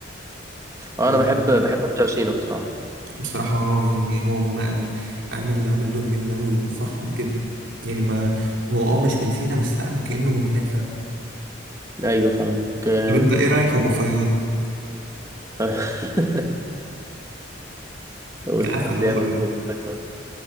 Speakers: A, on the right; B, on the right.
A: انا
B: لا،
A: بحب بحب بتوع سينا بصراحه
B: بصراحة اه يعني هو ما عامل عامل دور جامد أوي وفخم كده يعني ما هو اه مش من سينا بس آه، كأنه من هناك فعلا
A: ايوه فاهمك آه،
B: طب انت ايه رأيك في أبو فياض؟
A: <laughs> أقول
B: عسل
A: لك
B: أبو
A: بيعمل
B: فياض
A: شغل.